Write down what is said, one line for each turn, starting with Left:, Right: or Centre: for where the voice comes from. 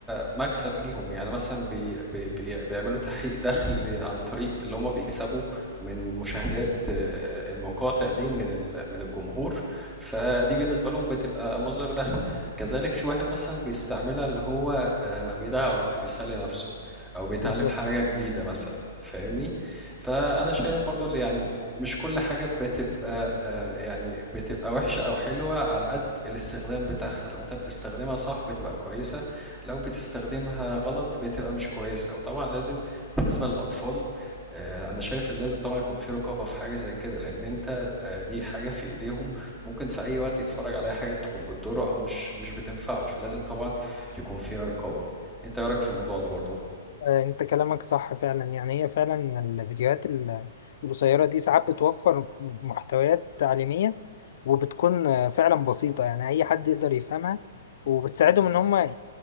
Centre: مكسب ليهم يعني مثلا بي بي بي بيعملوا تحقيق دخل عن طريق اللي هما بيكسبوا من مشاهدات آه، المقاطع دي من ال- من الجمهور فدي بالنسبة لهم بتبقى مصدر دخل كذلك في واحد مثلا بيستعملها اللي هو آه، بيضيع وقت بيسلي نفسه او بيتعلم
Left: بالظبط
Centre: حاجة جديدة مثلا فاهمني فانا شايف برضو اللي يعني مش كل حاجة بتبقى آه، يعني بتبقى وحشة أو حلوة على قد الاستخدام بتاعها لو أنت بتستخدمها صح بتبقى كويسة لو بتستخدمها غلط بتبقى مش كويسة وطبعا لازم بالنسبة للأطفال آه، أنا شايف إن لازم طبعا يكون في رقابة في حاجة زي كده لأن أنت آه، دي حاجة في إيديهم ممكن في أي وقت يتفرج عليها حاجة تكون بتضره أو مش مش بتنفعه فلازم طبعا يكون فيها رقابة أنت إيه رأيك في الموضوع ده برضو؟
Left: آه، انت كلامك صح فعلا يعني هي فعلا الفيديوهات ال- القصيرة دي ساعات بتوفر محتويات تعليمية وبتكون آه، فعلا بسيطة يعني اي حد يقدر يفهمها وبتساعدهم ان هم ي-